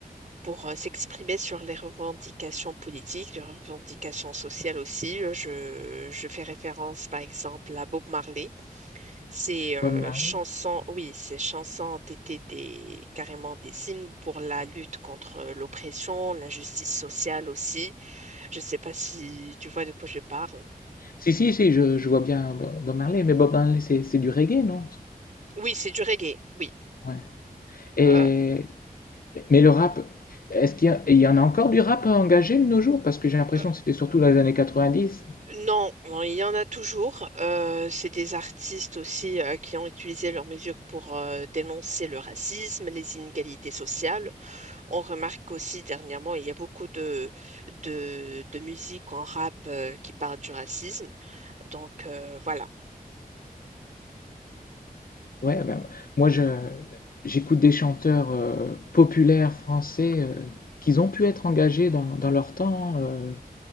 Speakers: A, on the right; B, on the left.
A: pour euh, s'exprimer sur les revendications politiques, les revendications sociales aussi. Euh, Je, je fais référence par exemple à Bob Marley. Ces euh,
B: Bob Marley?
A: chansons, oui, ces chansons ont été des, carrément des hymnes pour la lutte contre l'oppression, l'injustice sociale aussi. Je ne sais pas si tu vois de quoi je parle.
B: Si, si, si, je, je vois bien Bo- Bob Marley, mais Bob Marley c'est c'est du reggae, non?
A: Oui, c'est du reggae, oui.
B: Ouais. Et,
A: Euh,
B: mais le rap, est-ce qu'il y a- il y en a encore du rap engagé de nos jours? Parce que j'ai l'impression
A: euh,
B: que c'était surtout dans les années 90.
A: Non, non, il y en a toujours. Euh, c'est des artistes aussi euh, qui ont utilisé leurs mesures pour euh, dénoncer le racisme, les inégalités sociales. On remarque aussi dernièrement, il y a beaucoup de, de, de musique en rap euh, qui parle du racisme. Donc euh, voilà.
B: Ouais, ben, moi je j'écoute des chanteurs euh, populaires français euh, qu'ils ont pu être engagés dans, dans leur temps, euh,